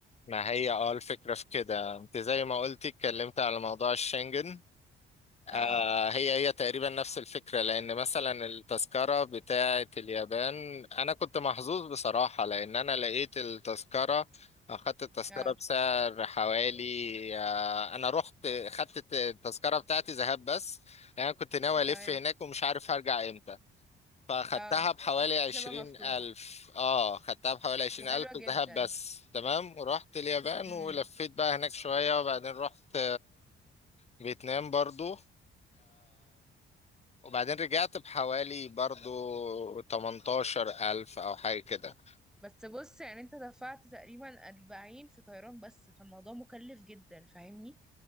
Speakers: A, on the left (about 30°); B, in the centre.
A: ما هي اه الفكرة في كده انت زي ما قلتي اتكلمت على موضوع الشنجن آه
B: اه
A: هي هي تقريبا نفس الفكرة لأن مثلا التذكرة بتاعة اليابان أنا كنت محظوظ بصراحة لأن أنا لقيت التذكرة أخدت التذكرة
B: اه
A: بسعر حوالي آه أنا رحت خدت التذكرة بتاعتي ذهاب بس يعني أنا كنت ناوي ألف
B: تمام
A: هناك ومش عارف هرجع إمتى فخدتها
B: اه
A: بحوالي
B: فقلت تسيبها
A: عشرين
B: مفتوحة
A: ألف آه خدتها بحوالي عشرين
B: دي حلوة
A: ألف
B: جدا
A: ذهاب بس تمام ورحت اليابان
B: امم
A: ولفيت بقى هناك شوية وبعدين رحت فيتنام برضو وبعدين رجعت بحوالي برضو 18000 أو حاجة كده
B: بس بص يعني انت دفعت تقريبا 40 في طيران بس فالموضوع مكلف جدا فاهمني